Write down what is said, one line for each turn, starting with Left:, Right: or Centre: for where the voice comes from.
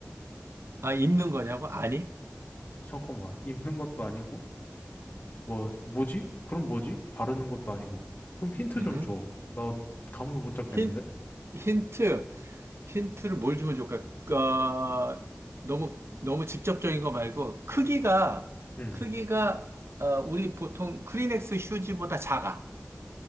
Right: 아, 입는 거냐고? 아니?
Left: 아, 잠깐만. 입는 것도 아니고, 뭐, 뭐지? 그럼 뭐지? 바르는 것도 아니고. 그럼 힌트
Right: 음.
Left: 좀 줘. 나 감을 못 잡겠는데?
Right: 힌, 힌트, 힌트를 뭘 주면 좋을까? 어, 너무, 너무 직접적인 거 말고, 크기가,
Left: 응.
Right: 크기가, 어, 우리 보통 크리넥스 휴지보다 작아.